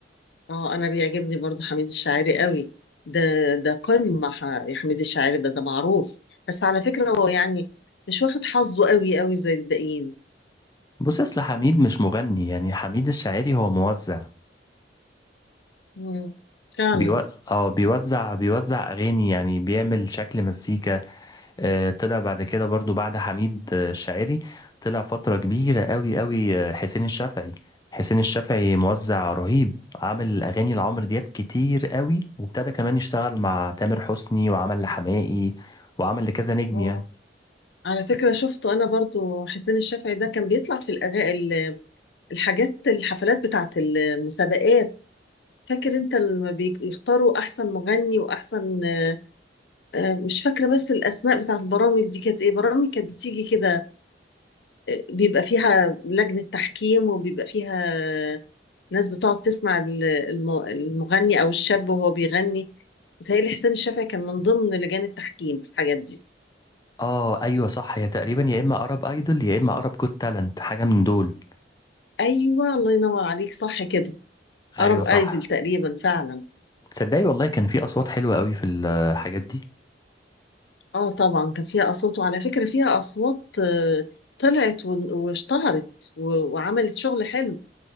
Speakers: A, on the left; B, on the left.
A: اه انا بيعجبني برضو حميد الشاعري قوي ده ده قمة ح- يا حميد الشاعري ده ده معروف بس على فكرة هو يعني مش واخد حظه قوي قوي زي الباقيين
B: بصي اصل حميد مش مغني يعني حميد الشاعري هو موزع
A: مم. فعلا
B: بيو... اه بيوزع بيوزع اغاني يعني بيعمل شكل مزيكا آه، طلع بعد كده برضو بعد حميد آه، الشاعري طلع فترة كبيرة قوي قوي آه، حسين الشافعي حسين الشافعي موزع رهيب عامل أغاني لعمرو دياب كتير قوي وابتدى كمان يشتغل مع تامر حسني وعمل لحماقي وعمل لكذا نجم
A: اه
B: يعني
A: على فكرة شفته أنا برضو حسين الشافعي ده كان بيطلع في الأغا... ال- الحاجات الحفلات بتاعت المسابقات فاكر أنت لما بيختاروا أحسن مغني وأحسن آه، آه، مش فاكرة بس الأسماء بتاعت البرامج دي كانت إيه برامج كانت بتيجي كده بيبقى فيها لجنة تحكيم وبيبقى فيها ناس بتقعد تسمع ال- الم- المغني أو الشاب وهو بيغني متهيألي حسين الشافعي كان من ضمن لجان التحكيم في الحاجات دي
B: اه ايوه صح هي تقريبا يا اما ارب ايدول يا اما ارب جوت تالنت حاجة من دول
A: أيوة الله ينور عليك صح كده
B: ايوه
A: أرب
B: صح
A: أيدل تقريبا فعلا
B: تصدقي والله كان في اصوات حلوة قوي في الحاجات دي
A: آه طبعا كان فيها أصوات وعلى فكرة فيها أصوات آه، طلعت و- واشتهرت و- وعملت شغل حلو